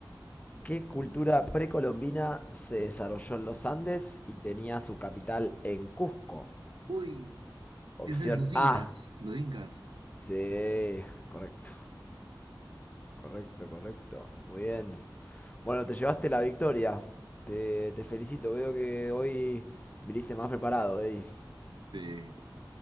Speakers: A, on the left (about 20°); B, on the right (about 75°).
A: ¿Qué cultura precolombina se desarrolló en los Andes y tenía su capital en Cusco?
B: uy,
A: Opción
B: ese es los incas,
A: A.
B: los incas.
A: Sí, correcto, correcto, correcto. Muy bien. Bueno, te llevaste la victoria. Te, te felicito. Veo que hoy viniste más preparado, ey.
B: Sí,